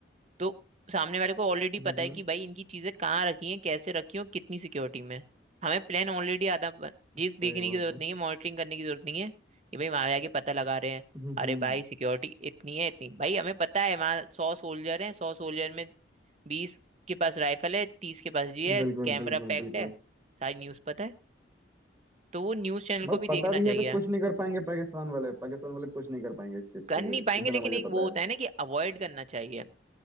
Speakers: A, on the right; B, on the right.
A: तो सामने वाले को ऑलरेडी पता
B: हम्म
A: है कि भाई इनकी चीजें कहाँ रखी हैं कैसे रखी हैं और कितनी सिक्योरिटी में हमें प्लान ऑलरेडी आधा ब- चीज
B: सही
A: देखने
B: बात
A: की जरूरत
B: है
A: नहीं है मॉनिटरिंग करने की जरूरत नहीं है कि भाई वहां जाके पता लगा रहे हैं
B: हम्म
A: अरे भाई सिक्योरिटी इतनी है इतनी भाई हमें पता है वहाँ सौ सोल्जर हैं सौ सोल्जर में बीस के पास राइफल है तीस के पास जी है
B: बिल्कुल
A: कैमरा
B: बिल्कुल
A: पैक्ड
B: बिल्कुल
A: है सारी न्यूज पता है तो वो न्यूज चैनल
B: मतलब
A: को भी देखना
B: पता भी
A: चाहिए
B: है तो कुछ नहीं कर पाएंगे पाकिस्तान वाले पाकिस्तान वाले कुछ नहीं कर पाएंगे इस चीज
A: कर
B: के
A: नहीं
B: लिए
A: पाएंगे
B: इतना
A: लेकिन
B: मुझे
A: एक वो
B: पता है
A: होता है ना कि अवॉइड करना चाहिए